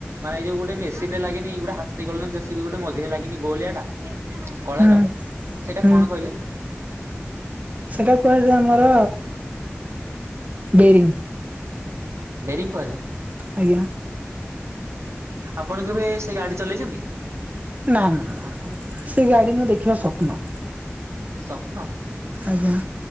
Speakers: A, on the right (about 85°); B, on the right (about 35°).
A: ମାନେ ଯୋଉ ଗୋଟେ ମେସିନ ରେ ଲାଗିନି ଗୋଟେ ହାତୀ କଲେ ଜେସିବି ଗୋଟେ ମଝିରେ ଲାଗିନି ଗୋଳିଆଟା କଳାର
B: ହୁଁ
A: ସେଇଟା
B: ହୁଁ
A: କଣ କହିଲେ?
B: ସେଟା କୁହାଯାଏ ଆମର ବେରିଙ୍ଗ।
A: ବେରିଙ୍ଗ କୁହାଯାଏ।
B: ଆଜ୍ଞା।
A: ଆପଣ କେବେ ସେ ଗାଡି ଚଲେଇଛନ୍ତି?
B: ନା ନା ନା ନା ସେ ଗାଡି ମୁଁ ଦେଖିବା ସ୍ୱପ୍ନ।
A: ସ୍ୱପ୍ନ?
B: ଆଜ୍ଞା।